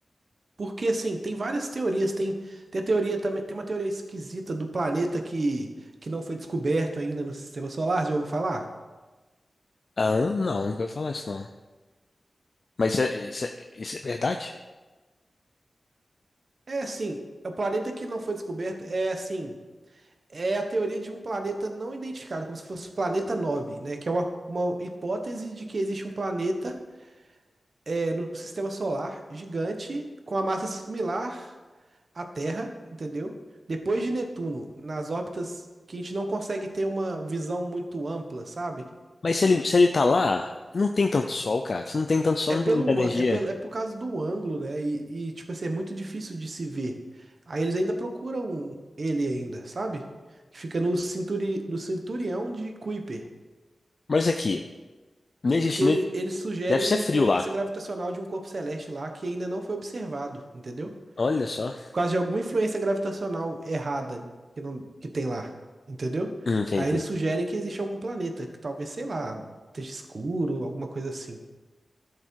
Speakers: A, on the right (about 60°); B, on the left (about 55°).
A: Porque, assim, tem várias teorias, tem, tem a teoria também, tem uma teoria esquisita do planeta que, que não foi descoberto ainda no sistema solar, já ouviu falar?
B: Ah, não, não vou falar isso não. Mas isso é, isso é- isso é verdade?
A: É assim, é o planeta que não foi descoberto, é assim, É a teoria de um planeta não identificado, como se fosse o planeta 9, né? Que é uma, uma hipótese de que existe um planeta é, no sistema solar gigante com a massa similar à Terra, entendeu? Depois de Netuno, nas órbitas que a gente não consegue ter uma visão muito ampla, sabe?
B: Mas se ele, se ele tá lá, não tem tanto sol, cara. Se não tem tanto sol,
A: É pelo,
B: não tem muita energia.
A: an- é pelo, é por causa do ângulo, né? E, e, tipo assim, é muito difícil de se ver. Aí eles ainda procuram ele ainda, sabe? Que fica no, cinturi, no cinturão de Kuiper.
B: Mas aqui, não existe,
A: Porque ele-
B: nem...
A: eles sugerem
B: deve
A: uma
B: ser frio
A: influência
B: lá.
A: gravitacional de um corpo celeste lá que ainda não foi observado, entendeu?
B: Olha só.
A: Por causa de alguma influência gravitacional errada que, não, que tem lá, entendeu?
B: Hum, Entendi.
A: Aí eles sugerem que existe algum planeta, que talvez, sei lá, esteja escuro, alguma coisa assim.